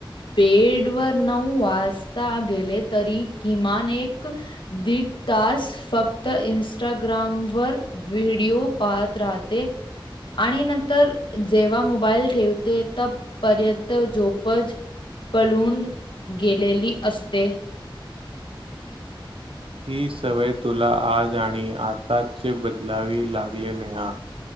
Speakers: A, on the left; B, on the right.
A: बेड वर नऊ वाजता गेले तरी किमान किमान एक दीड तास फक्त इंस्टाग्रामवर व्हिडिओ पाहत राहते आणि नंतर जेव्हा मोबाईल ठेवते ते त पर्यंत झोपच पळून गेलेली असते
B: ही सवय तुला आज आणि आताच बदलावी लागले नेहा